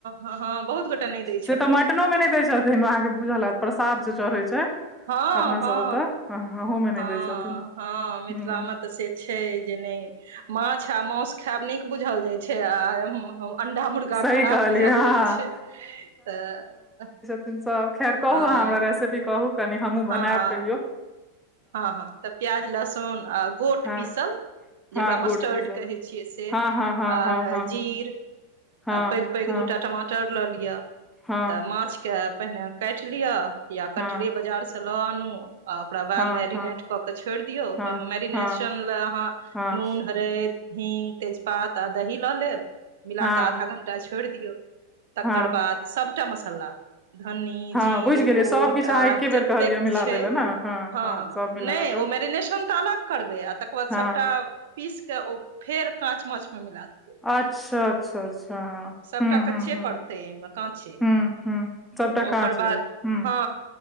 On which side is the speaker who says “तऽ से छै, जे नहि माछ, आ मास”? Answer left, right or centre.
Right